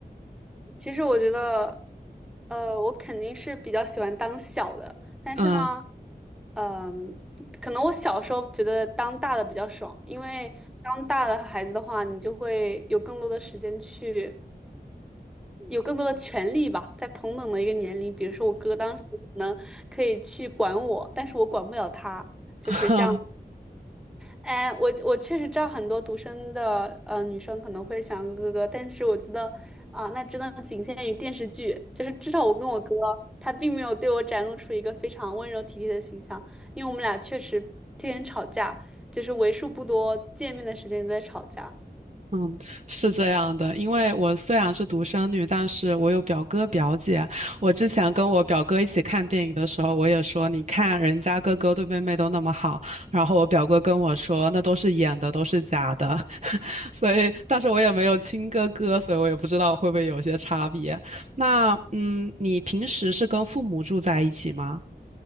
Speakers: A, in the centre; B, on the right.
A: 其实我觉得，呃，我肯定是比较喜欢当小的，但是呢，
B: 嗯。
A: 呃，可能我小时候觉得当大的比较爽，因为当大的孩子的话，你就会有更多的时间去，有更多的权利吧，在同等的一个年龄，比如说我哥当时可能可以去管我，但是我管不了他，就是这样。
B: <laughs>
A: 哎，我我确实知道很多独生的呃女生可能会想哥哥哥，但是我觉得啊、那真的仅限于电视剧，就是至少我跟我哥，他并没有对我展露出一个非常温柔体贴的形象，因为我们俩确实天天吵架，就是为数不多见面的时间都在吵架。
B: 嗯，是这样的，因为我虽然是独生女，但是我有表哥表姐。我之前跟我表哥一起看电影的时候，我也说，你看人家哥哥对妹妹都那么好，然后我表哥跟我说，那都是演的，都是假的。<laughs> 所以，但是我也没有亲哥哥，所以我也不知道会不会有些差别。那，嗯，你平时是跟父母住在一起吗？